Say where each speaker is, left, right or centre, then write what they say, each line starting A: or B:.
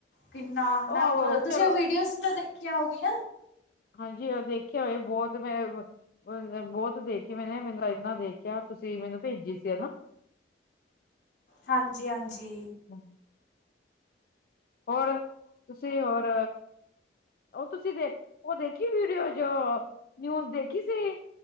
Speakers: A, on the left (about 75°); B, on the left (about 55°).
A: ਕਿੰਨਾ ਹਨ
B: ਉਹ
A: ਤੁਸੀਂ
B: ਚਲੋ
A: ਉਹ ਵੀਡੀਓਜ਼ ਤਾਂ ਦੇਖੀਆਂ ਹੋਓਗੀਆਂ।
B: ਹਾਂਜੀ ਉਹ ਦੇਖੇ ਹੋਏ ਬਹੁਤ ਮੈਂ <unintelligible> ਬਹੁਤ ਦੇਖੀ ਮੈਨੇ ਮੈਨੂੰ ਇਨਾ ਦੇਖਿਆ ਤੁਸੀਂ ਮੈਨੂੰ ਭੇਜੀ ਸੀ ਹਨਾ।
A: ਹਾਂਜੀ ਹਾਂਜੀ।
B: ਹਂ। ਹੋਰ ਤੁਸੀਂ ਹੋਰ ਉਹ ਤੁਸੀਂ ਦੇ ਉਹ ਦੇਖੀ ਵੀਡੀਓ ਜੋ ਨਿਊਜ਼ ਦੇਖੀ ਸੀ।